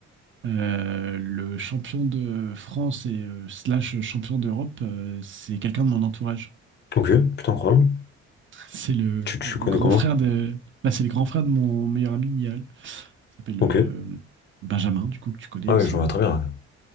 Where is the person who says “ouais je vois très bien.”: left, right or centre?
Left